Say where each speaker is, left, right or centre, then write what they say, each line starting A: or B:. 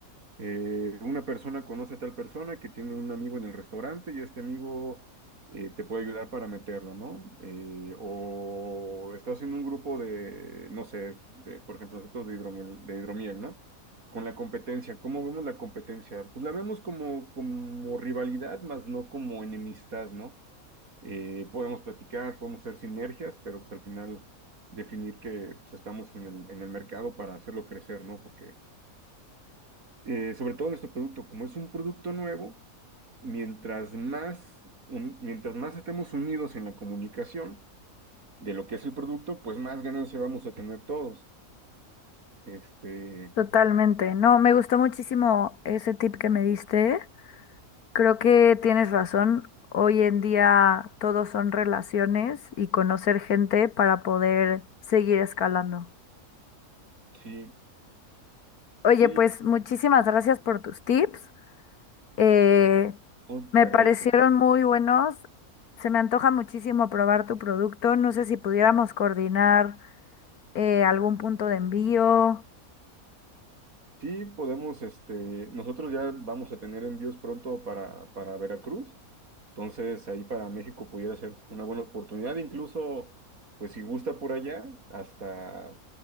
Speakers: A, on the right (about 70°); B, on the left (about 85°).
A: Eh, una persona conoce a tal persona que tiene un amigo en el restaurante y este amigo eh, te puede ayudar para meterlo, ¿no? Eh, o estás en un grupo de, no sé, de, por ejemplo, nosotros de hidromiel, de hidromiel, ¿no? Con la competencia, ¿cómo vemos la competencia? Pues la vemos como, como rivalidad, más no como enemistad, ¿no? Eh, podemos platicar, podemos hacer sinergias, pero pues al final definir que pues, estamos en el, en el mercado para hacerlo crecer, ¿no? Porque eh, sobre todo nuestro producto, como es un producto nuevo, mientras más, un- mientras más estemos unidos en la comunicación de lo que es el producto, pues más ganancia vamos a tener todos. Este,
B: Totalmente. No, me gustó muchísimo ese tip que me diste. Creo que tienes razón. Hoy en día todo son relaciones y conocer gente para poder seguir escalando.
A: sí,
B: Oye,
A: sí,
B: pues muchísimas gracias por tus tips. Eh,
A: oh,
B: me
A: te
B: parecieron
A: agradezco.
B: muy buenos. Se me antoja muchísimo probar tu producto. No sé si pudiéramos coordinar eh, algún punto de envío.
A: Sí, podemos, este, nosotros ya vamos a tener envíos pronto para, para Veracruz, entonces ahí para México pudiera ser una buena oportunidad, incluso, pues si gusta por allá, hasta